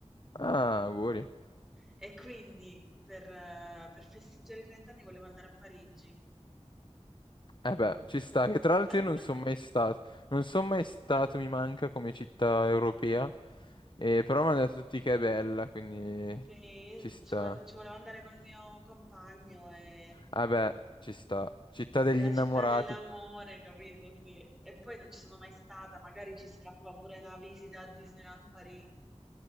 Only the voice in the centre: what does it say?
e quindi per eh, per festeggiare i 30 anni volevo andare a Parigi.
<laughs>
Sì,
ci vo ci volevo andare col mio compagno e
Eh,
La
città dell'amore, capito? Sì. E poi non ci sono mai stata, magari ci scappa pure una visita a Disneyland Paris.